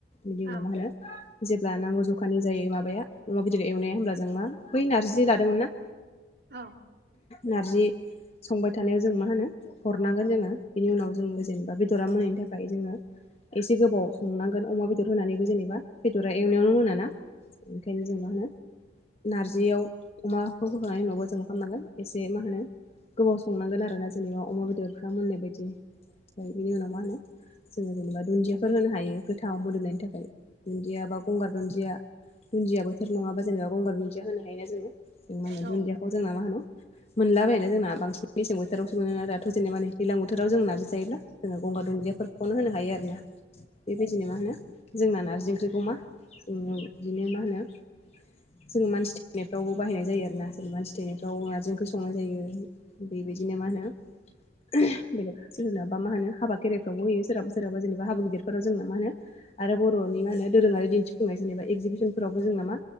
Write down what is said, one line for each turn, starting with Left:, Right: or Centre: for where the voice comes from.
Left: बिनि
Right: औ
Left: उनाव मा होनो जेब्ला नांगौ जखानि जायो माबाया अमा बेदर एवनाया होमब्ला जों मा बै नार्जि लादोंमोन ना
Right: औ।
Left: नार्जि संबाय थानायाव जों मा होनो हरनांगोन जोङो बेनि उनाव जोङो जेनेबा बेदरा मोनैनि थाखाय जोङो एसे गोबाव संनांगोन अमा बेदर होनानैबो जेनेबा बेदरा एवनायावनो मोनाना‌ ओंखायनो जों मा होनो नार्जियाव अमाखौ होखांनायनि उनावबो जों खामनांगोन एसे मा होनो गोबाव संनांगोन आरोना जेनेबा अमा बेदरफ्रा मोननाय बायदि। ओमफ्राय बिनि उनाव मा होनो जोङो जेनेबा दुन्दियाफोर होनो हायो गोथाव मोदोमनायनि थाखाय। दुन्दिया बा गंगार दुन्दिया दुन्दिया बोथोर नङाबा जेनेबा गंगार दुन्दिया होनो हायोना जोङो। जों मा होनो
Right: औ
Left: दुन्दियाखौ जोंना मा होनो मोनलाबायानो जोंना बांसिन मेसें बोथोरावसो मोनो दाथ' जेनेबानि दैलां बोथोराव जों नारजि जायोब्ला जों गंगार दुनदियाफोर खौनो होनो हायो आरोना बेबायद बिदिनो मा होनो जोंना नार्जि ओंख्रिखौ मा ओम बिदिनो मा होनो जोङो मानसि थैनायफ्रावबो बाहायनाय जायो आरोना जेरै मानसि थैनायफ्राव नारजि ओं खो संनाय जायो बेबायदिनो मा होनो बेलेक सोरनाबा मा होनो हाबा खेराइफ्रावबो होयो सोरहा सोरहा जेनबा हाबा गिदिरफोराव जोंना मा होनो आरो बर'नि मा होनो दोरोङारि दिन्थिफुंनाय जेनेबा एगजिबिसनफोरावबो जोंना मा